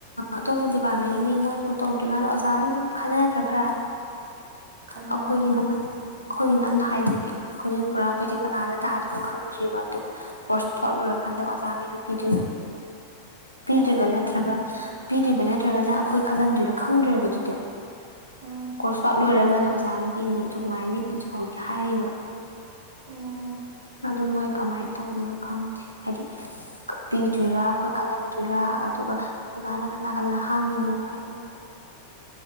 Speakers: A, on the left (about 90°); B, on the right (about 55°).
A: ꯑꯇꯣꯞꯄ ꯗꯤꯄꯥꯔꯠꯃꯦꯟꯒꯤꯅꯤ ꯃꯣꯏꯗꯣ ꯇꯧꯗ꯭ꯔꯤꯀꯥꯟꯗ ꯑꯣꯖꯥ ꯑꯗꯨꯝ ꯈꯟꯅꯗ꯭ꯔꯥ ꯈꯔ
B: ꯈꯟꯅꯩ
A: ꯑꯩꯈꯣꯏꯒꯤꯅꯦ ꯑꯩꯈꯣꯏꯒꯤꯅ ꯑꯝꯇ ꯍꯥꯏꯗꯕꯤ ꯍꯧꯖꯤꯛ ꯄꯨꯔꯥ ꯑꯩꯈꯣꯏꯁꯦ ꯀꯅꯥꯗ ꯇꯥꯗꯅꯣ ꯈꯪꯗ꯭ꯔꯤꯕ ꯑꯗꯨꯒ ꯀꯣꯔꯁ ꯂꯣꯏ ꯈꯟꯗꯛ ꯑꯣꯖꯥꯉꯩꯅ ꯄꯤꯗꯔꯣ ꯄꯤꯗꯣꯏꯕ
B: ꯑꯣ
A: ꯅꯠꯇ꯭ꯔꯒ ꯄꯤꯗꯣꯏꯕ ꯅꯠꯇ꯭ꯔꯒꯅ ꯑꯩꯈꯣꯏ ꯈꯜꯂꯝꯗꯣꯏꯔꯥ ꯈꯪꯗ꯭ꯔꯣꯏꯕ ꯑꯗꯨꯗꯤ
B: ꯎꯝ
A: ꯀꯣꯔꯁ ꯋꯥꯥꯛ ꯂꯣꯏꯔꯒꯅ ꯑꯣꯖꯥꯉꯩ ꯄꯤꯅꯤ ꯑꯗꯨꯃꯥꯏꯅꯅꯤ ꯍꯧꯖꯤꯛ ꯐꯥꯎꯗꯤ ꯍꯥꯏꯔꯤꯕ
B: ꯎꯝ
A: ꯑꯗꯨꯣ ꯃꯣꯏ ꯀꯃꯥꯏꯅ ꯇꯧꯕꯗꯣꯏꯅꯣ ꯈꯪꯗꯦ ꯍꯥꯏꯗꯤ ꯄꯤꯗꯣꯏꯔꯥ ꯈꯜꯍꯟꯗꯣꯏꯔꯥ ꯑꯗꯨꯒ ꯑꯣꯖꯅ ꯀꯅꯥ ꯀꯅꯥ ꯍꯥꯡꯉꯤꯅꯣ ꯀꯥꯏꯅ